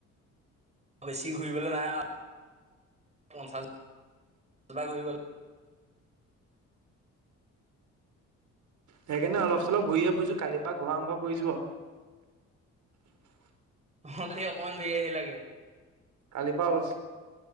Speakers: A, on the right (about 20°); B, on the right (about 75°).
A: বেছি ঘূৰিবলে নাই আৰু পঞ্চাছবাৰ ঘূৰিবলে
B: সেইকাৰণে অলপ চলপ ঘূৰিয়ে ফুৰিছো কালিৰ পৰা ঘূৰা আৰম্ভ কৰিছো আৰু
A: অহঁ সেই অকমান ধুৰি আহিল লাগে
B: কালিৰ পৰা অলপ